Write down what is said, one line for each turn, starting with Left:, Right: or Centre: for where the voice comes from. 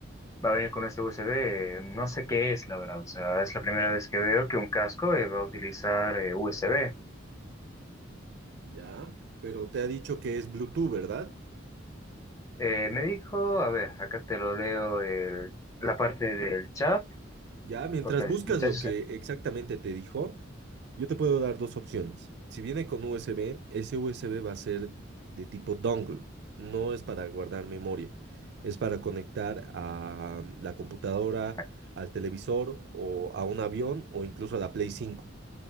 Left: va a venir con este USB. No sé qué es, la verdad. O sea, es la primera vez que veo que un casco eh, va a utilizar eh, USB.
Right: Ya, pero te ha dicho que es Bluetooth, ¿verdad?
Left: Eh, me dijo, a ver, acá te lo leo el- la parte del chat,
Right: Ya, mientras
Left: porque el
Right: buscas
Left: muchacho
Right: lo que
Left: se...
Right: exactamente te dijo, yo te puedo dar dos opciones. Si viene con USB, ese USB va a ser de tipo dongle. No es para guardar memoria. Es para conectar a la computadora,
Left: Ah,
Right: al televisor o a un avión o incluso a la Play cinco.